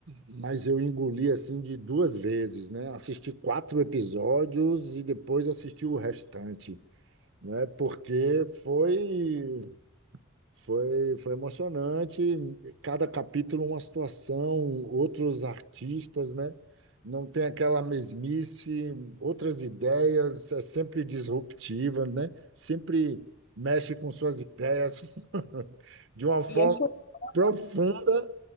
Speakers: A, on the right (about 65°); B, on the left (about 50°).
A: Mas eu engoli assim de duas vezes, né? Assisti quatro episódios e depois assisti o restante, né? Porque foi foi foi emocionante. Cada capítulo uma situação, outros artistas, né? Não tem aquela mesmice, outras ideias, é sempre disruptiva, né? Sempre mexe com suas ideias <laughs> de uma forma
B: E acho que-
A: profunda.